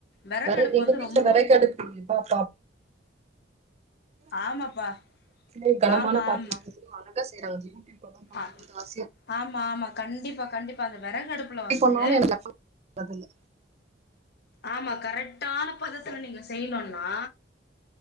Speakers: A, on the left; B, on the right.
A: வெறகடுப்பு
B: வெர எங்க
A: வந்து
B: வீட்ல
A: ரொம்ப
B: விறகடுப்பு இல்லைங்
A: ஆமாப்பா
B: <inaudible> கனமான
A: ஆமா
B: பாத்திரத்தில்
A: ஆமா
B: எவ்ளோ அலகா செய்றாங்க அந்த யூடியூபலா பாக்கும்
A: ஆ
B: போது ஆசையா
A: ஆமா ஆமா கண்டிப்பா கண்டிப்பா அந்த வெறகடுப்புல
B: எப்டி
A: வந்து
B: பண்ணாலு எனக்கு வரதில்ல
A: ஆமா கரெக்டான பதத்துல நீங்க செய்ணுன்னா